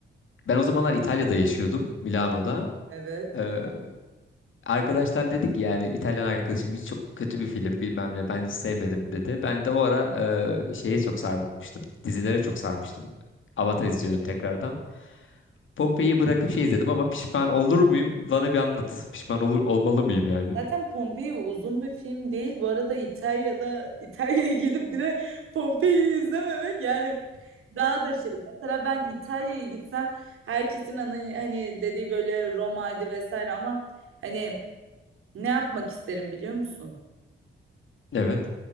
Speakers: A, on the left; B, on the right.
A: e, ben o zamanlar İtalya'da yaşıyordum, Milano'da.
B: Evet.
A: E, arkadaşlar dedik yani İtalyan arkadaşım hiç çok kötü bir film bilmem ne ben hiç sevmedim dedi. Ben de o ara e, şeye çok sarmıştım. Dizilere çok sarmıştım. Avatar izliyordum tekrardan. Pompei'yi bırakıp şey izledim ama pişman olur muyum? Bana bir anlat. Pişman olur olmalı mıyım yani?
B: Zaten Pompei uzun bir film değil. Bu arada İtalya'da İtalya'ya gidip bir de Pompei'yi izlememek yani daha da şey. Mesela ben İtalya'ya gitsem herkesin hani, hani dediği böyle Roma'ydı vesaire ama hani ne yapmak isterim biliyor musun?
A: Evet.